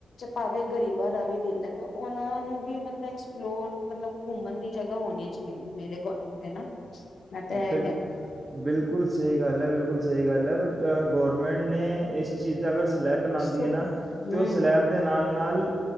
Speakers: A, on the left; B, on the right.
A: ਭਾਵੇ ਗਰੀਬਾਂ ਦਾ ਵੀ ਦਿਲ ਹੈ ਤੇ ਉਹਨਾ ਨੂੰ ਵੀ ਮਤਲਬ ਇਸਫਲੋਰ ਮਤਲਬ ਘੁੰਮਣ ਦੀ ਜਗਹਾ ਹੋਣੀ ਚਾਹੀਦੀ ਹੈ ਮੇਰੇ ਅਕੋਡਿੰਗ ਤੇ ਨਾ ਮੈਂ ਤਾਂ
B: ਬਿਲ
A: ਇਹ ਕਹਿੰਦੀ ਹਾਂ
B: ਬਿਲਕੁਲ ਸਹੀ ਗੱਲ ਹੈ ਬਿਲਕੁਲ ਸਹੀ ਗੱਲ ਹੈ ਬਟ ਗੌਰਮੈਂਟ ਨੇ ਇਸ ਚੀਜ਼ ਦਾ ਅਗਰ ਸਲੈਬ ਬਣਾਉਂਦੀ
A: ਸੋ
B: ਹੈ ਨਾ
A: ਹਮ
B: ਜੋ ਸਲੈਬ ਦੇ ਨਾਲ ਨਾਲ